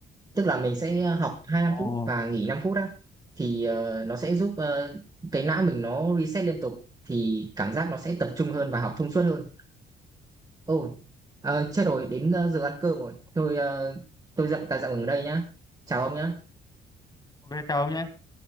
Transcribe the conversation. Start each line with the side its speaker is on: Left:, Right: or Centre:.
Right: Tức là mình sẽ học 25
Left: Ồ.
Right: phút và nghỉ 5 phút đó. Thì ờ, nó sẽ giúp ờ, cái não mình nó reset liên tục thì cảm giác nó sẽ tập trung hơn và học thông suốt hơn. Ôi, ờ, chết rồi đến ờ, giờ ăn cơm rồi. Tôi ờ, tôi dậm ta dậm ở đây nhá. Chào ông nhá.
Left: ok chào ông nhé